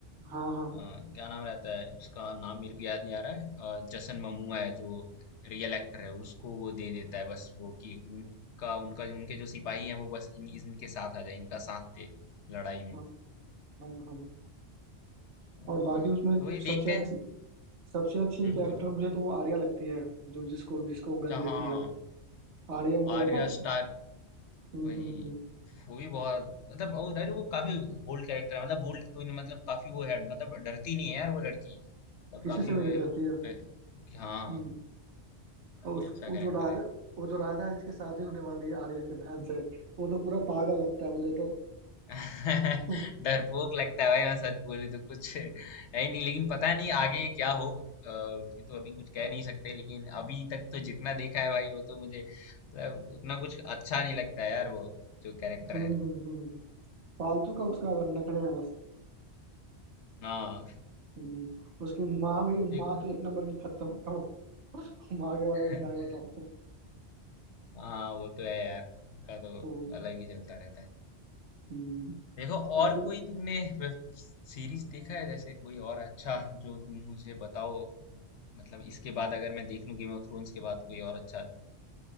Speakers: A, on the right (about 80°); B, on the left (about 80°).
A: हाँ हाँ
B: अ, क्या नाम रहता है उसका नाम मेरे को याद नहीं आ रहा है अ, जसन ममूआ है जो रियल एक्टर है उसको वो दे देता है बस वो कि उनका उनका जो उनके जो सिपाही हैं वो बस इन इनके साथ आ जाए इनका साथ दे लड़ाई में
A: हाँ हाँ हाँ
B: अ,
A: और बाकी उसमें
B: तो ये देखते
A: सबसे अच्छी
B: हैं
A: सबसे अच्छी
B: हम्म
A: एक एक्टर
B: बोलो
A: मुझे तो वो आर्या लगती है जो जिसको जिसको
B: अच्छा
A: गन देती
B: हाँ
A: है वो आर्या मुझे
B: आर्या
A: ज्यादा अच्छी
B: स्टार
A: हम्म
B: कोई
A: हम्म हम्म
B: वो भी बहुत मतलब वो अरे वो काफी बोल्ड कैरेक्टर है मतलब बोल्ड कोई नहीं मतलब काफी वो है मतलब डरती नहीं है यार वो लड़की मतलब
A: किसी
B: काफी
A: से भी
B: वो
A: नहीं डरती है
B: पे- कि हाँ
A: हम्म और उस
B: ये अच्छा
A: वो
B: कैरेक्टर
A: जो राजा
B: है
A: वो जो राजा है जिसकी शादी होने वाली है आर्या की बहन से वो तो पूरा पागल लगता है मुझे तो
B: <laughs>
A: <laughs> हम्म
B: डरपोक लगता है भाई मैं सच बोलूं तो कुछ है ही नहीं लेकिन पता नहीं आगे क्या हो अ, ये तो अभी कुछ कह नहीं सकते लेकिन अभी तक तो जितना देखा है भाई वो तो मुझे मतलब उतना कुछ अच्छा नहीं लगता है यार वो जो कैरेक्टर
A: हम्म
B: है
A: हम्म हम्म, फालतू का उसका नखरे है बस
B: हाँ
A: हम्म उसकी माँ भी
B: देखो
A: माँ तो एक नंबर की खत्म है <laughs> वो। माँ के बारे में
B: <laughs>
A: क्या ही बताऊं
B: हाँ वो तो है यार उनका
A: <laughs>
B: तो
A: हम्म,
B: अलग ही चलता रहता है
A: हम्म।
B: देखो और
A: उसकी
B: कोई तुमने वेब सीरीज देखा है जैसे कोई और अच्छा जो तुम मुझे बताओ मतलब इसके बाद अगर मैं देख लूं गेम ऑफ थ्रोन्स के बाद कोई और अच्छा